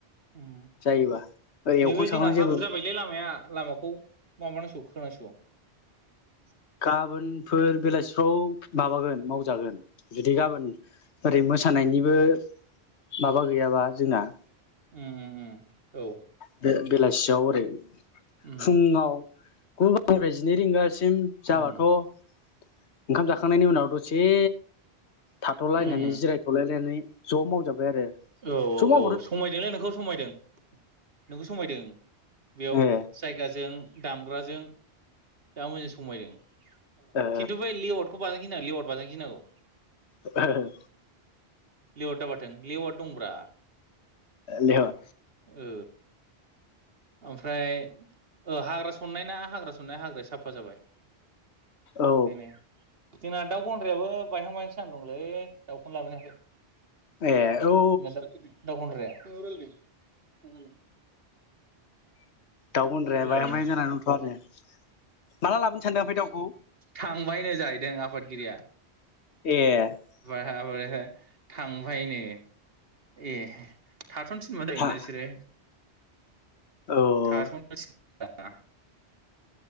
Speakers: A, on the right; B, on the left.
A: उम।
B: जायोबा ओरै एवखां
A: नैबे
B: सावखां
A: जोंना हाब्रु
B: जेबो
A: जाबायलै लामाया लामाखौ माबानांसिगौ खोनांसिगौ। दं।
B: गाबोनफोर बेलासिफ्राव माबागोन मावजागोन। जुदि गाबोन ओरै मोसानायनिबो माबा गैयाबा जोंना।
A: उउ उम उम औ।
B: बे बेलासियाव ओरै
A: उम
B: फुङाव गु बाजि निफ्राय जिनै रिंगा दासिम जाबाथ'
A: उम
B: ओंखाम जाखांनायनि उनाव दस एसे थाथ'लायनानै
A: उम
B: जिरायथ'लायनानै ज' मावजाबाय आरो।
A: औ
B: ज'
A: औ
B: मावबाथ'
A: औ समायदोंलै नोंखौ समायदों नोंखौ समायदों। बेयाव
B: ए
A: जायगाजों दामग्राजों जा मोजां समायदों।
B: ओ
A: खिन्थु बै लेवारटखौ बाजां गिनां लिवारट बाजानोगिनांगौ।
B: ओह।
A: लेवाट दाबाथों लेवाट दंब्रा।
B: देहर
A: ओ ओमफ्राय ओ हाग्रा सननाय ना हाग्रा सननाया हाग्राया साफा जाबाय।
B: औ
A: बेनो जोंना दाउ गन्द्रायाबो बायहां बायहांसो जाना दंलै दाउखौनो लाबोनो हायाखै।
B: ए औ
A: <unintelligible> दाउ गन्द्राया
B: दाउ गनद्राया
A: ओ
B: बायहां बायहां जाना‌ दंथ' आरो माला लाबोनो सानदों ओमफाय दाउखौ?
A: थांबायनो जाहैदों आफादगिरिया
B: ए
A: <unintelligible> थांबायनो ए थाथ'नो थिन <unintelligible>
B: हा
A: ना बिसोरो
B: औ
A: थाथ'नो थिना